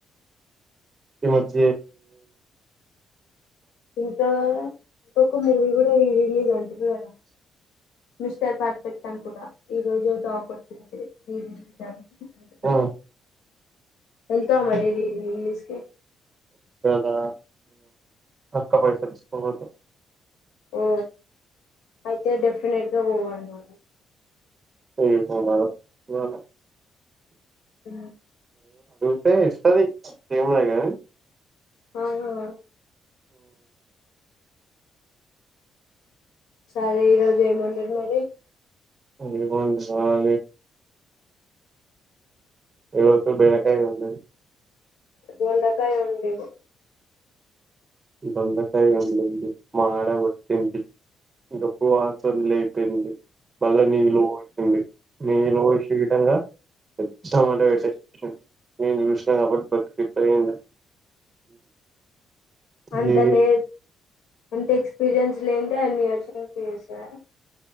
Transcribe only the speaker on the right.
ఈ మధ్య
ఆ
దా అక్క పయస తీస్కోదు
ఉ అద అ
తే ఇస్తది ఎమిలే కానీ
అదికంట కాలి ఎవోతు బేనకాయ అ
బెండకాయ వండింది మాడ కొట్టింది గబ్బు వాసన లేచింది మళ్ళా నీళ్ళు పోచింది నీళ్ళు పోచి విధంగా టమాటో వెట్టి నేను చూసిన కాబటి బతికిపోయింది
లేదు